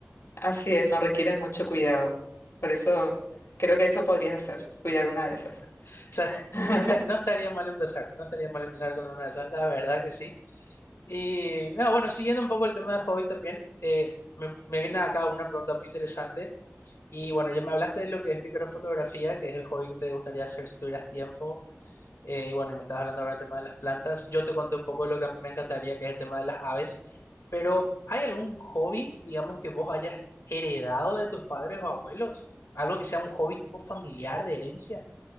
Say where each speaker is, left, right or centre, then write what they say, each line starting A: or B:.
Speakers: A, on the left; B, on the left.
A: así es, no requieren mucho cuidado. Por eso creo que eso podrías hacer, cuidar una de esas.
B: <laughs> O sea,
A: <laughs>
B: no está- no estaría mal empezar, no estaría mal empezar con una de esas, la verdad que sí. Y, no, bueno, siguiendo un poco el tema de hobbies también, eh, me, me viene acá una pregunta muy interesante Y bueno, ya me hablaste de lo que es microfotografía, que es el hobby que te gustaría hacer si tuvieras tiempo. Eh, y bueno, y me estás hablando ahora del tema de las plantas. Yo te conté un poco de lo que a mí me encantaría, que es el tema de las aves. Pero, ¿hay algún hobby, digamos, que vos hayas heredado de tus padres o abuelos? Algo que sea un hobby tipo familiar de herencia.